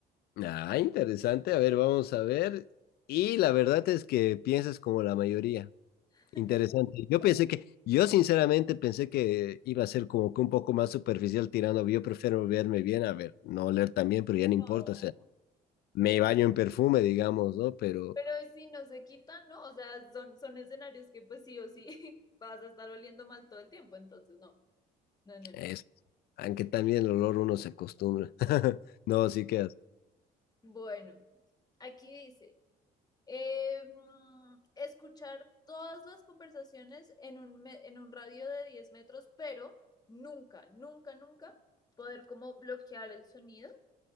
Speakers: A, on the left; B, on the left.
A: Ah, interesante. A ver, vamos a ver. Y la verdad es que piensas como la mayoría.
B: <laughs>
A: Interesante. Yo pensé que, yo sinceramente pensé que iba a ser como que un poco más superficial tirando. Yo prefiero verme bien, a ver, no oler tan bien, pero ya no importa.
B: No,
A: O sea, me baño en perfume, digamos, ¿no? Pero
B: pero si no se quita, ¿no? O sea, son, son escenarios que pues sí o sí <laughs> vas a estar oliendo mal todo el tiempo, entonces no, no, no,
A: es
B: no.
A: Aunque también el olor uno se acostumbra. <laughs> No, sí quedas.
B: Bueno, aquí dice. Eh, mm, escuchar todas las conversaciones en un, me- en un radio de 10 metros, pero nunca, nunca, nunca poder como bloquear el sonido, o